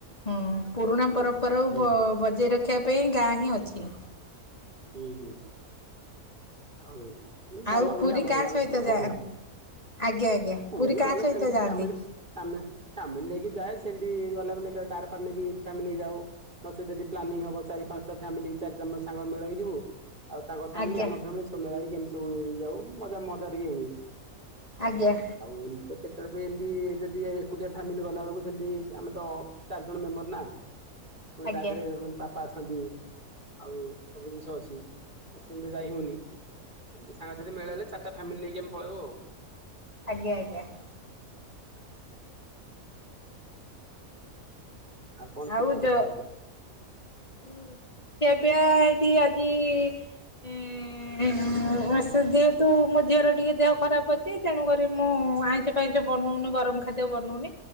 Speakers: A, on the left; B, on the right.
A: ହୁଁ ପୁରୁଣା
B: ଆଉ
A: ପରମ୍ପରାକୁ
B: ହୁଁ
A: ବ <unintelligible> ଗାଁ ହିଁ ଅଛି।
B: ହୁଁ ହୁଁ, ଆଉ
A: ଆଉ
B: ଭଲ ହୁଏ
A: ପୁରୀ
B: ଆମ
A: କାହା
B: ଗାଁରେ
A: ସହିତ
B: ସେପଟେ
A: ଯା
B: ବଢିଆନି,
A: ଆଜ୍ଞା ଆଜ୍ଞା
B: ମୁଁ
A: ପୁରୀ
B: ବି
A: କାହା
B: ଗଲେ
A: ସହିତ
B: ସେମତି
A: ଯାଆନ୍ତି?
B: ଫାମି ଫାମି, ଫାମିଲି ନେଇକି ଯାଏ, ସେମିତି ଗଲାବେ କାର ଫାର ନେଇକି ଫାମିଲି ଯାଉ। ନ ସେ ଯଦି ପ୍ଲାନିଂ ହବ ଚାରି ପାଞ୍ଚଟା ଫାମିଲି, ଚାରିଟା ପାଞ୍ଚ ସାଙ୍ଗ ମେଳ ହେଇ ଯିବୁ, ଆଉ ତାଙ୍କ ଫ୍ୟାମିଲି,
A: ଆଜ୍ଞା
B: ଆମ ଫ୍ୟାମିଲି, ସବୁ ମେଳ ହେଇକି ଏମତି ସବୁ ଯାଉ, ମଜା ମଜା ଟିକେ ହୁଏ।
A: ଆଜ୍ଞା।
B: ଆଉ ଏମତି ତ କେତେବେଳେ ବି ଏମିତି ଯଦି ଏକୁଟିଆ ଫ୍ୟାମିଲି ଗଲାବେେଳକୁ, ସେମିତି ଆମେ ତ ଚାରି ଜଣ ମେମ୍ବର ନା, ପୁଣି
A: ଆଜ୍ଞା
B: ତା ଦେହରେ ବାପା ଅଛନ୍ତି, ଆଉ ସବୁ ଜିନିଷ ଅଛି, ଆଉ ସେମିତି ଯାଇ ହଉନି, ଏମିତି ସାଙ୍ଗସାଥି ମେଳହେଲେ ଚାରିଟା ଫାମିଲି ନେଇକି ଆମେ ପଳେଇବୁ ଆଉ।
A: ଆଜ୍ଞା ଆଜ୍ଞା।
B: କଣ ଖିଆପିଆ
A: ଆଉ
B: କରିଛନ୍ତି
A: ଦ
B: କଣ?
A: ହୁଁ, ଖିଆପିଆ ଏଇଠି ଆଜି ଇ ଏଁ ଏଁ ଏଁ, ସେ ଯେହେତୁ ମୋ ଝିଅର ଟିକେ ଦେହ ଖରାପ ଅଛି, ତେଣୁକରି ମୁଁ ଆଇଁସ ଫାଇଁସ ବନଉନୁ, ଗରମ ଖାଦ୍ୟ ବନଉନି,